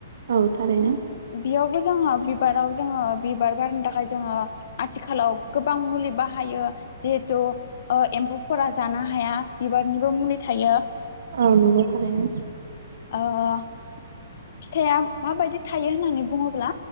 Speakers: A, on the right; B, on the left.
A: औ थारैनो।
B: बियावबो जोङो बिबाराव जोङो बिबार बारनो थाखाय जोङो। आथिखालाव गोबां मुलि बाहायो जिहेथु औ एम्फौफोरा जानो हाया बिबारनिबो मुलि थायो।
A: औ नंगौ थारनो।
B: औ अ फिथाइआ मा बायदि थायो होननानै बुङोब्ला